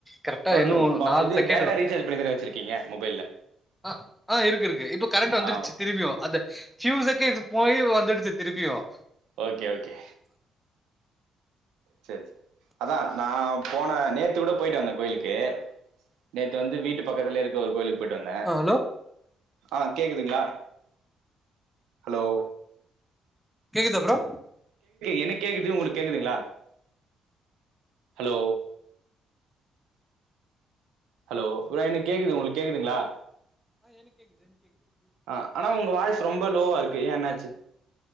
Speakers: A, in the centre; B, on the right.
A: கரெக்டா
B: ஓகே
A: இன்னும்
B: ஓகே பா
A: நாலு
B: இது
A: செகண்ட்
B: டேட்டா
A: தான்
B: ரீசார்ஜ் பண்ணி தானே வச்சிருக்கீங்க மொபைல்ல
A: ஆஹ் ஆஹ் இருக்கு இருக்கு இப்ப கரண்ட் வந்துடுச்சு
B: ஆ ஓகே
A: திருப்பியும் ஃபியூ செகண்ட் போய் வந்துடுச்சு திருப்பியும்
B: ஓக்கே ஓக்கே செரி அதான் நான் போன நேத்து கூட போயிட்டு வந்தேன் கோயிலுக்கு நேத்து வந்து வீட்டு பக்கத்துல இருக்க ஒரு கோயிலுக்கு போயிட்டு வந்தேன்
A: ஆ ஹலோ
B: ஆஹ் கேக்குதுங்களா ஹலோ
A: கேக்குதா ப்ரோ
B: எனக்கு கேக்குது உங்களுக்கு கேக்குதுங்களா ஹலோ ஹலோ ப்ரோ எனக்கு கேக்குது உங்களுக்கு கேக்குதுங்களா
A: <unintelligible>
B: ஆஹ் ஆனா உங்க வாய்ஸ் ரொம்ப லோவா இருக் ஏ என்னாச்சு